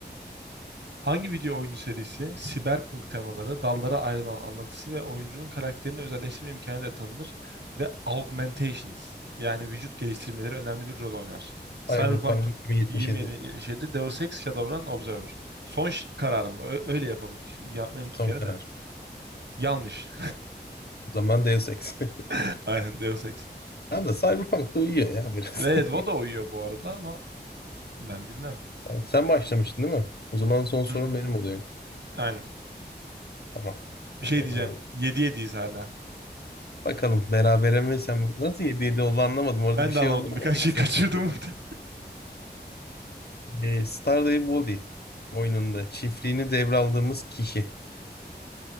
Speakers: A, on the right (about 85°); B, on the left (about 65°).
A: Hangi video oyunu serisi siberpunk temaları, dallara ayrılan anlatısı ve oyuncunun karakterini özelleştirme imkanı da tanınır ve augmentations yani vücut geliştirmeleri önemli bir rol oynar.
B: <laughs>
A: Cyberpunk
B: Cyberpunk 2077.
A: 2077, Deus Ex, Shadowrun, Observer. Son ş- kararım. Ö- öyle yapalım. Ş- Yapmayı unuttuk
B: Son
A: gene
B: karar.
A: de. Yanlış.
B: O zaman Deus Ex. <laughs>
A: <laughs> Aynen Deus Ex.
B: Tamam da Cyberpunk da uyuyor ya biraz.
A: Ve
B: <laughs>
A: Edvo da uyuyor bu arada ama ben bilmem.
B: Tamam, sen başlamıştın değil mi? O zaman son sorum
A: Hmm,
B: benim oluyor.
A: aynen.
B: Tamam.
A: Bir şey
B: Ee,
A: diyeceğim. 7-7'yiz hala.
B: bakalım berabere mi sen mi? Nasıl 7-7 oldu anlamadım. Orada
A: Ben
B: bir şey
A: de anlamadım.
B: oldu ama
A: Birkaç
B: neyse.
A: şey kaçırdım.
B: <laughs>
A: <laughs>
B: Ee, Stardew Valley oyununda çiftliğini devraldığımız kişi.